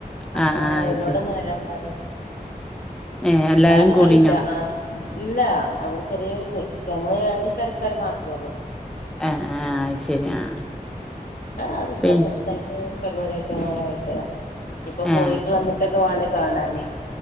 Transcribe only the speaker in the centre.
ആ
ആ അത്
ശരി
ഏ എല്ലാരും
കൂടീനോ
ആ ആ ആയി ശരി ആ.
പി
ഏ
ആ